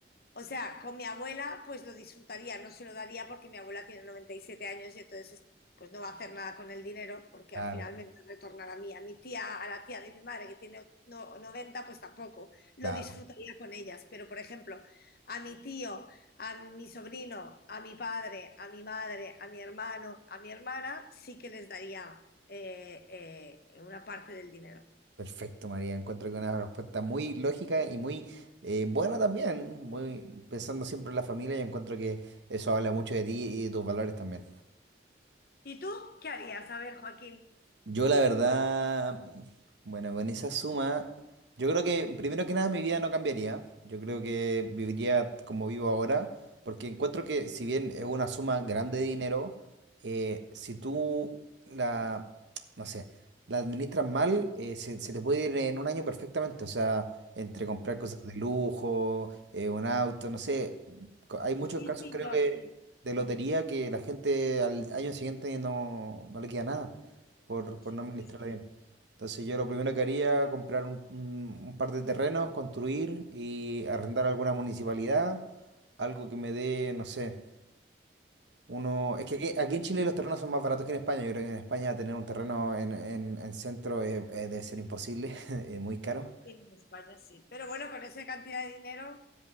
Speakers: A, on the left; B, on the right.
A: O sea, con mi abuela pues lo disfrutaría, no se lo daría porque mi abuela tiene 97 años y entonces pues no va a hacer nada con el dinero porque
B: Claro,
A: al final me lo retornará a mí. A mi tía, a la tía de mi madre que tiene no- 90 pues tampoco, lo
B: claro.
A: disfrutaría con ellas. Pero por ejemplo, a mi tío, a mi sobrino, a mi padre, a mi madre, a mi hermano, a mi hermana, sí que les daría eh, eh, una parte del dinero.
B: Perfecto, María. Encuentro que una respuesta muy lógica y muy eh, buena también, muy pensando siempre en la familia, y encuentro que eso habla mucho de ti y de tus valores también.
A: ¿Y tú qué harías? A ver, Joaquín.
B: Yo la verdad, bueno, con esa suma, yo creo que primero que nada mi vida no cambiaría. Yo creo que viviría como vivo ahora, porque encuentro que si bien es una suma grande de dinero, eh, si tú la, no sé, la administras mal, eh, se, se te puede ir en un año perfectamente. O sea, entre comprar cosas de lujo, eh, un auto, no sé, co- hay muchos
A: Sí,
B: casos
A: sí,
B: creo
A: yo.
B: que
A: sí,
B: de lotería que la gente al año siguiente no, no le queda nada por, por
A: sí,
B: no administrarla
A: sí.
B: bien. Entonces yo lo primero que haría, comprar un, un- un par de terrenos, construir y arrendar a alguna municipalidad, algo que me dé, no sé, uno... Es
A: Un
B: que aquí,
A: principio.
B: aquí en Chile los terrenos son más baratos que en España. Yo creo que en España tener un terreno en, en- en centro eh, eh, debe ser imposible, <laughs> es muy caro.
A: Sí, en España sí. Pero bueno, con esa cantidad de dinero,